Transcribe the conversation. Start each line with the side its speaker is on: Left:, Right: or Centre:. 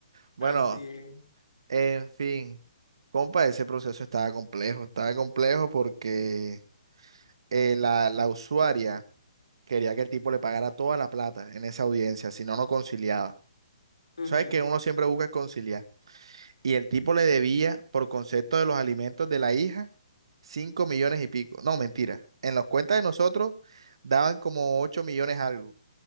Right: Bueno,
Left: Así es.
Right: en fin, compa, ese proceso estaba complejo, estaba complejo porque eh, la, la usuaria quería que el tipo le pagara toda la plata en esa audiencia, si no, no conciliaba.
Left: Ujú,
Right: ¿Sabes que uno siempre busca conciliar? Y el tipo le debía, por concepto de los alimentos de la hija, 5 millones y pico. No, mentira. En las cuentas de nosotros daban como 8 millones algo.